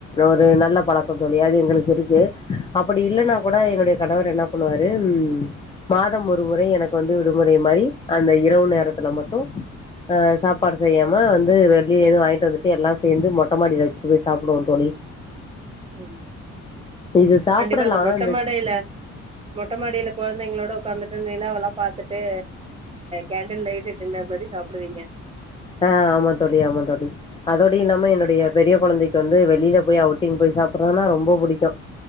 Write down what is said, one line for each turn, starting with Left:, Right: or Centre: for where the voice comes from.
Left: ஒரு நல்ல பழக்கம் தோழி அது எங்களுக் இருக்கு அப் படி இல்லன்னா
Right: ம்
Left: கூட என்னுடைய கணவர் என்ன பண்ணுவாரு உம் மாதம் ஒரு முறை எனக்கு வந்து விடுமுறை மாதிரி அந்த இரவு நேரத்தில் மட்டு ஆ சாப்பாடு செய்யாம வந்து வெளியில எது வாங்கிட்டு வந்துட்டு எல்லா சேர்ந்து மொட்ட மாடியில வச்சுட்டு போய் சாப்பிடுவோ தோழி
Right: ம்
Left: இது சாப்பிடலாம்
Right: கண்டிப்பாா மொட்டைமாடையில
Left: இந்த
Right: மொட்டைமாடியில குழந்தைங்களோட உடக்காந்துட்டு நிலாவல்லா பாத்துட்டு கேண்டில் லைட்டு டின்னர் மாறி சாப்பிடுவீங்க
Left: ஆ ஆமா தோழி ஆமா தோழி அதோட இல்லாம என்னோட ஏ பெரிய குழந்தைக்குவந்து வெளில போய் அவுட்டிங் போய் சாப் அப்புறனா ரொம்ப புடிக்கு